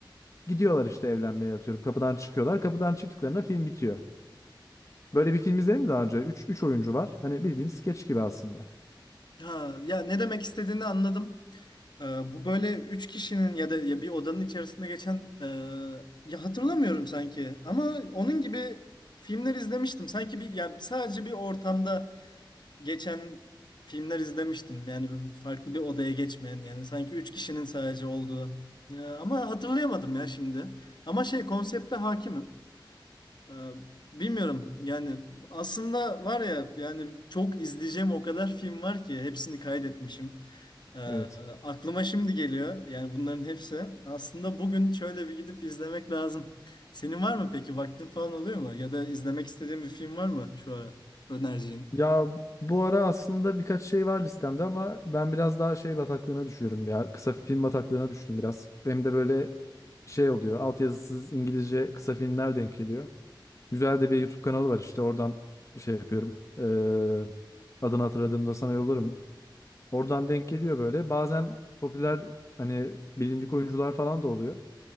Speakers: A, on the left (about 35°); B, on the left (about 60°).
A: gidiyorlar işte evlenmeye atıyorum. Kapıdan çıkıyorlar. Kapıdan çıktıklarında film bitiyor. Böyle bir film izledin mi daha önce? üç üç oyuncu var. Hani bildiğin skeç gibi aslında.
B: Ha, ya ne demek istediğini anladım. Ee, bu böyle üç kişinin ya da ya bir odanın içerisinde geçen e, ya hatırlamıyorum sanki ama onun gibi filmler izlemiştim. Sanki bir yani sadece bir ortamda geçen filmler izlemiştim. Yani farklı bir odaya geçmeyen yani sanki üç kişinin sadece olduğu. Ya, ama hatırlayamadım ya şimdi. Ama şey konsepte hakimim. Ee, bilmiyorum yani aslında var ya yani çok izleyeceğim o kadar film var ki hepsini kaydetmişim. Ee,
A: evet.
B: aklıma şimdi geliyor yani bunların hepsi. Aslında bugün şöyle bir gidip izlemek lazım. Senin var mı peki vaktin falan oluyor mu? Ya da izlemek istediğin bir film var mı şu ara önereceğin?
A: Ya bu ara aslında birkaç şey var listemde ama ben biraz daha şey bataklığına düşüyorum ya. Kısa film bataklığına düştüm biraz. Benim de böyle şey oluyor. Altyazısız İngilizce kısa filmler denk geliyor. Güzel de bir YouTube kanalı var işte oradan şey yapıyorum. Ee, adını hatırladığımda sana yollarım. Oradan denk geliyor böyle. Bazen popüler hani bilindik oyuncular falan da oluyor.